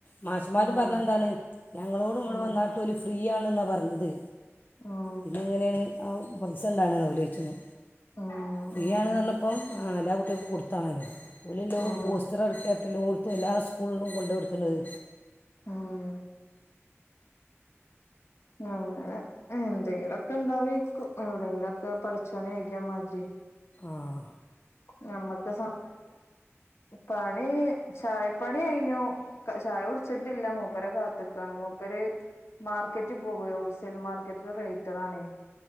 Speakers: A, on the left; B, on the left.
A: മാഷന്മാരും
B: ഉം
A: പറഞ്ഞതെന്താണ് ഞങ്ങളോടും ഇവിടെ
B: ഉം
A: വന്നാട്ട് ഓല് ഫ്രീ ആണെന്നാണ് പറഞ്ഞത്.
B: ഉം
A: പിന്നെ എങ്ങനെയാണ് ആ പൈസ ഉണ്ടാണ്ന്നാ ഓലോയിച്ച്ണ്.
B: ഉം
A: ഫ്രീ
B: ഉം
A: ആണന്നറഞ്ഞപ്പോ ആഹ് എല്ലാ കുട്ടികൾക്കും കൊടുത്താണല്ലോ ഓലെല്ലോം
B: ഉം
A: പോസ്റ്റർ അടിച്ചു എല്ലാ സ്കൂളിലും കൊണ്ട് കൊടുക്കുന്നത്
B: ഉം. അങ്ങനെ എന്തേലൊക്കെ ഇണ്ടാവേക്കും എവിടെങ്കിലൊക്കെ പഠിച്ചോനേകിയാമാതിരി.
A: ആഹ്.
B: ഞമ്മക്ക് സർ പണി ചായപ്പണിഴിഞ്ഞു. ചായ കുടിച്ചിട്ടില്ല മൂപ്പരെ കാത്ത്ക്കാണ് മൂപ്പര് മാർക്കറ്റി പോകുവേ ഹോൾസെൽ മാർക്കറ്റില് റേറ്ററാണേ.